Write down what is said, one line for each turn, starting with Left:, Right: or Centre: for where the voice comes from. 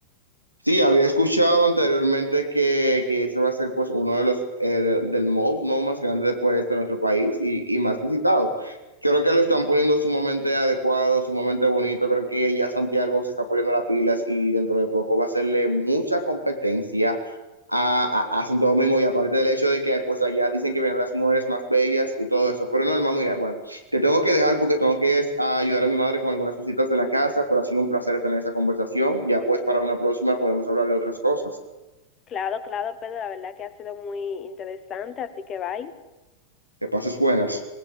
Right: Sí, había escuchado anteriormente que, que ese va a ser pues uno de los eh, del mall no más grande pues, de nuestro país y, y más visitado. Creo que lo están poniendo sumamente adecuado, sumamente bonito. Creo que ya Santiago se está poniendo las pilas y dentro de poco va a hacerle mucha competencia a, a, a, Santo Domingo y aparte del hecho de que pues allá dicen que vienen las mujeres más bellas y todo eso, pero normal, mira, bueno, te tengo que dejar porque tengo que es, a ayudar a mi madre con algunas cositas de la casa, pero ha sido un placer tener esa conversación. Ya pues para una próxima podemos hablar de otras cosas.
Left: Claro, claro, pero la verdad que ha sido muy interesante, así que bye.
Right: Que pases buenas.